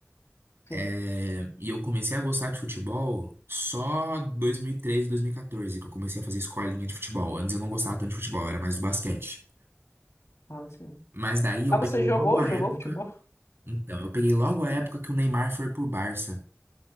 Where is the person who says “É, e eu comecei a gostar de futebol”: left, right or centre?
Right